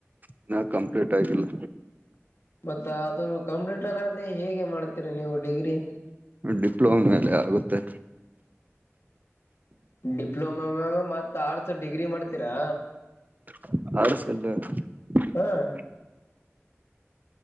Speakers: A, on the right; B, on the left.
A: ಇನ್ನ ಕಂಪ್ಲೀಟ್ ಆಗಿಲ್ಲ.
B: ಮತ್ತ ಅದು ಕಂಪ್ಲೀಟ್ <unintelligible> ಹೇಗೆ ಮಾಡ್ತೀರಿ ನೀವು ಡಿಗ್ರಿ.
A: ಡಿಪ್ಲೊಮ ಮೇಲೆ ಆಗುತ್ತೆ.
B: ಡಿಪ್ಲೊಮ <unintelligible> ಮತ್ತ ಆರ್ಟ್ಸ್ ಡಿಗ್ರಿ ಮಾಡ್ತೀರಾ.
A: <unintelligible>
B: ಹಾ